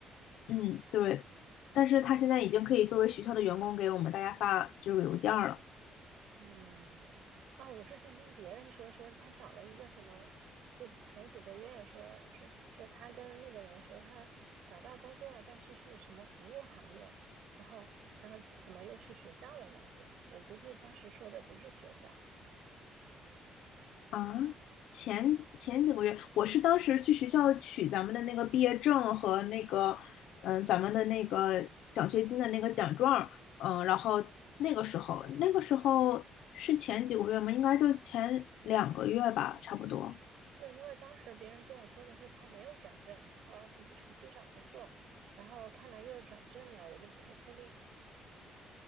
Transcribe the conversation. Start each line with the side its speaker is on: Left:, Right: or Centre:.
Left: 嗯对，但是他现在已经可以作为学校的员工给我们大家发就是邮件儿了。
Right: 嗯，啊，我之前听别人说，说他找了一个什么，就前几个月说说说他跟那个人说他找到工作了，但是是什么服务行业，然后然后怎么又去学校了呢？学，我估计当时说的不是学校，
Left: 啊，前前几个月，我是当时去学校取咱们的那个毕业证和那个，嗯、咱们的那个奖学金的那个奖状嗯、然后那个时候，那个时候是前几个月吗？应该就前两个月吧，差不多。
Right: 对，因为当时别人跟我说的是他没有转正，然后要自己重新找工作，然后看来又转正了，我就不太确定。